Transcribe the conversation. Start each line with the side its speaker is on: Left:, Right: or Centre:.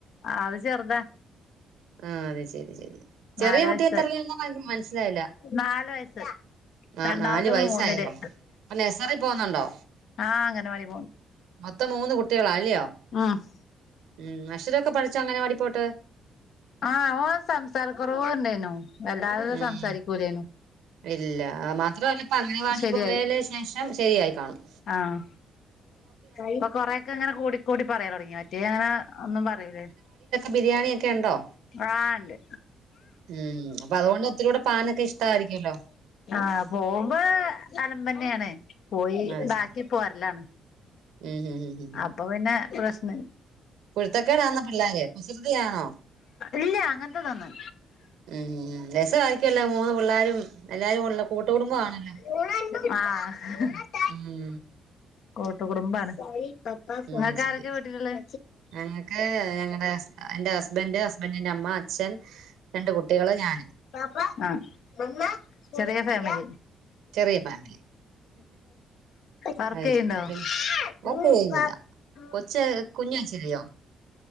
Left: അത് ചെർതാ.
Right: ആഹ് അതെ ശെരി ശരി. ചെറിയ
Left: നാല്
Right: കുട്ടി
Left: വയസ്സായി
Right: എത്രെലാന്നാ പറഞ്ഞെ മനസ്സിലായില്ല?
Left: നാല് വയസ്സ്
Right: ആഹ്
Left: രണ്ടാമത്തത്
Right: നാല് വയസ്സായതെഒള്ളോ
Left: മൂന്നില്
Right: അപ്പൊ നഴ്സറി പോകുന്നൊണ്ടോ
Left: ആഹ് അംഗനവാടി
Right: മൊത്തം മൂന്ന് കുട്ടികളാ അല്ലയോ?
Left: ആഹ്
Right: ഉം അക്ഷരൊക്കെ പഠിച്ചോ അംഗനവാടീ പോയിട്ട്?
Left: ആഹ് ഓൻ സംസാരക്കുറവ് ഇണ്ടായ്നു വല്ലാതെ
Right: ഉം
Left: സംസാരിക്കൂലായ്നു
Right: ഇല്ല ആ മാത്രല്ല ഇപ്പൊ അംഗനവാടി
Left: ശരിയായി
Right: പോയേല് ശേഷം ശരിയായിക്കാണും.
Left: ആഹ് ഇപ്പൊ കൊറെയൊക്കെ ഇങ്ങനെ കൂടിക്കൂടി പറയല്തൊടങ്ങി മറ്റേത് - മറ്റേതങ്ങനെ ഒന്നും പറയൂലേനു
Right: ബിരിയാണിയൊക്കെ യുണ്ടോ?
Left: ആഹ് ഇണ്ട്.
Right: ഉം അപ്പൊ അതുകൊണ്ട് ഒത്തിരൂടെ പാനൊക്കെ ഇഷ്ടായിരിക്കുമല്ലോ
Left: ആഹ് പോവുമ്പോ അലമ്പേന്നെണ് പോയി
Right: അത്
Left: ണ്ടാക്കി
Right: ശരി
Left: പോരലാണ്.
Right: ഉം ഉം ഉം ഉം
Left: അപ്പൊ പിന്നെ പ്രശ്ന-
Right: കുരുത്തക്കേടാന്നോ പിള്ളോര് കുസൃതിയാണോ?
Left: ഇല്ലാ അങ്ങൻത്തതൊന്നുല്ലാ
Right: ഉം രസവായിരിക്കുവല്ലോ മൂന്ന് പിള്ളാരും എല്ലാരും ഉള്ള കൂട്ട്കുടുംബം ആണല്ലോ,
Left: ആഹ്
Right: ഉംഹ്
Left: കൂട്ട്കുടുംബാണ്. ഇങ്ങക്ക്
Right: അത് ശരി
Left: ആരൊക്കെ വ്ട്ടില് ഇള്ളെ?
Right: ഞങ്ങക്ക് ഞങ്ങടെ എന്റെ ഹസ്ബൻഡ് ഹസ്ബൻഡിന്റെ അമ്മ അച്ഛൻ രണ്ട് കുട്ടികള് ഞാന്
Left: ആഹ് ചെറിയ ഫാമിലി?
Right: ചെറിയ ഫാമിലി
Left: വർക്ക്
Right: അത്
Left: ചെയ്യണ്ടോ
Right: ശരി ഇപ്പൊ - വർക്ക്
Left: ഉം
Right: ചെയ്യുന്നില്ല.
Left: പ ഉം
Right: കൊച്ച് കുഞ്ഞ് കൊച്ചല്ലിയോ?